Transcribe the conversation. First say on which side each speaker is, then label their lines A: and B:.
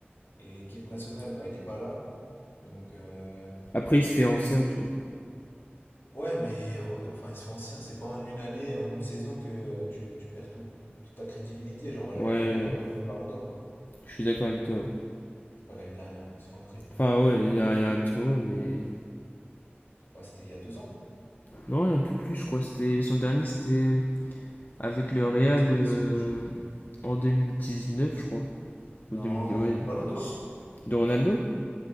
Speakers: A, on the left; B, on the left.
A: Et équipe nationale, bah, il est pas là. Donc, euh,
B: Après, il se fait ancien,
A: je-
B: tu vois.
A: ouais, mais rega- enfin, ils sont anciens. C'est pas en une année, en une saison que euh, tu, tu perds tout, toute ta crédibilité. Genre, l'année
B: Ouais,
A: dernière, il a quand même eu le ballon d'or, quoi.
B: je suis d'accord avec toi. ouais.
A: Pas l'année dernière, on s'est compris.
B: Enfin, ouais, il y, a y a un petit moment, mais.
A: Bah, c'était il y a deux ans.
B: Non, il y a un peu plus, je crois. C'était son dernier, c'était avec le Real
A: Bah, c'était
B: euh,
A: celui.
B: en 2019, je crois.
A: Non,
B: Ou 2010, ouais.
A: le ballon d'or?
B: si, De Ronaldo